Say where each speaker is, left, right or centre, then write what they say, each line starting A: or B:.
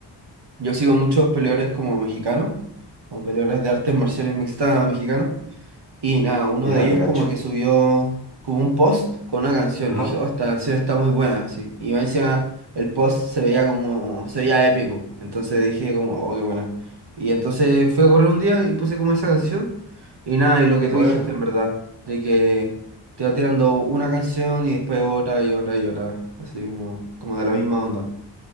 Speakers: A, on the right; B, on the right.
A: yo sigo muchos peleadores como mexicanos, o peleadores de artes marciales mixtas mexicanos. Y nada, uno
B: Ya,
A: de ellos
B: te cacho.
A: como que subió como un post con una canción.
B: Ajá.
A: Y dije, oh, esta canción está muy buena, así. Y me decía, el post se veía como, se veía épico. Entonces dije como, oh, qué buena. Y entonces fui a correr un día y puse como esa canción. Y nada, y lo que
B: Bueno.
A: tú dijiste en verdad, de que te va tirando una canción y después otra y otra y otra. Así como, como de la misma onda.